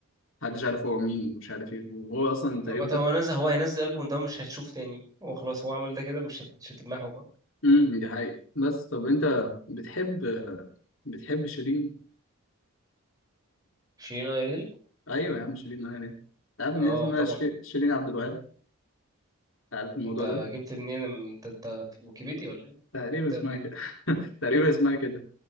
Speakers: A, on the left; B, on the right.
A: محدش عارف هو مين ومش عارف ايه وهو اصلا تقريبا
B: ما هو
A: ت-
B: نزل هو هينزل البوم ده مش هتشوف تاني هو خلاص هو عمل ده كده مش هت... مش هتلمحه بقى
A: امم دي حقيقة بس طب انت بتحب بتحب شيرين
B: شيرين ايريل
A: ايوه يا عم شيرين يعني انت عارف
B: اه
A: ان هي اسمها
B: طبعا
A: شيرين شيرين عبد الوهاب انت عارف الموضوع
B: انت
A: ده
B: جبت منين انت انت في ويكيبيديا ولا ايه
A: تقريبا
B: انت
A: اسمها
B: منين
A: كده <laughs> تقريبا اسمها كده